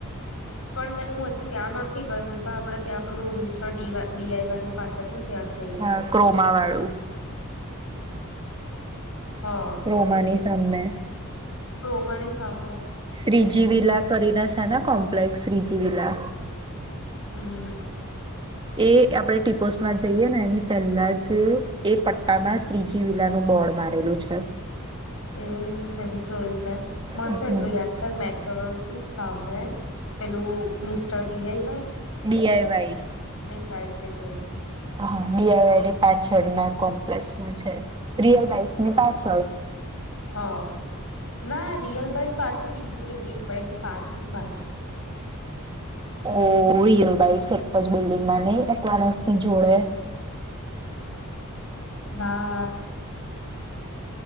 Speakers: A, on the left (about 75°); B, on the right (about 20°).
A: પણ મે હું હજી ત્યાં ન થી ગયુ તા આપડે ત્યાં પેલું મિસ્ટરડીવા ડીઆઈ વાયની પાછળ છે ને ત્યાં જ ગઈ છું.
B: હા, ક્રોમા વાળું.
A: હા.
B: ક્રોમાની સામમે
A: ક્રોમા ની સામ
B: શ્રીજી વિલા કરીને છે ને કોમ્પ્લેક્સ શ્રીજીિવિલા
A: હમ્મ
B: એ આપણે ટીપોસ્ટમાં જઈએ ને એની પહેલા જ એ પટ્ટામાં શ્રીજીવિલાનું બોર્ડ મારેલું છે.
A: એવું નહી જોયું મે મન
B: હમ
A: તો એટલ યાદ છે મેકડોનાલ્સ ની સામેમે પેલો મિસ્ટર ડીઆઈ
B: ડીઆઈવાઈ.
A: સાઈડ પેલું
B: હા, ડીઆઈવાઈની પાછળ ના કોમ્પ લેક્ષમાં છે રિયલ લાઈફસની પાછળ
A: હા, ના રિયલ બટ પાછો ભી જે બિલ્ડિંગમાં એની પાછુંની બાજી
B: ઓ રિયલ <unintelligible> એક જ બિલ્ડિંગમાં નહી એકલાનસ ની જોડે
A: હા.